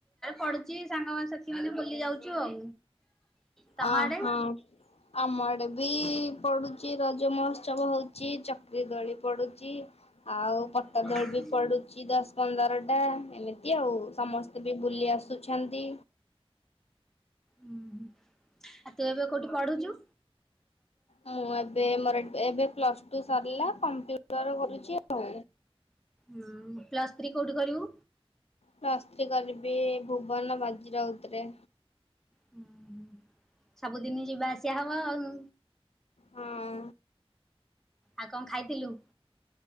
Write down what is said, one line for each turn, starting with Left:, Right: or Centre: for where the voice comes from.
Centre: ପଡ଼ୁଛି ସାଙ୍ଗ ସାଥିୀ ମାନେ ବୁଲି ଯାଉଛୁ ଆଉ। ତମ
Left: ଅ
Centre: ଆଡେ?
Left: ହଁ ଆମ ଆଡ଼େ ବି ପଡ଼ୁଚି ରଜ ମହୋତ୍ସବ ହଉଛି ଚକ୍ରୀ ଦୋଳି ପଡ଼ୁଚି। ଆଉ ପଟାଦୋଳି
Centre: ହୁଁ।
Left: ବି ପଡ଼ୁଚି ଦଶ ପନ୍ଦର ଟା ଏମିତି ଆଉ ସମସ୍ତେ ବି ବୁଲି ଆସୁ ଛନ୍ତି।
Centre: ଉୁଁ ହୁଁ ଆଉ ତୁ ଏବେ କୋଉଠି ପଢ଼ୁଚୁ?
Left: ମୁଁ ଏବେ ମୋର ଏବେ ପ୍ଲସ ଟୁ ସରିଲା କମ୍ପ୍ୟୁଟର କରୁଛି ଆଉ।
Centre: ହଁ ପ୍ଲସ୍ ଥ୍ରୀ କୋଉଠି କରିବୁ?
Left: ବ୍ଲସ ଥ୍ରୀ କରିବି ଭୁବନ ବାଜି ରାଉତ୍ ରେ।
Centre: ହୁଁ ହୁଁ ସବୁଦିନ ଯିବା ଆସିବା ହବ ଆଉ।
Left: ହଁ।
Centre: ଆଉ କଣ ଖାଇଥିଲୁ?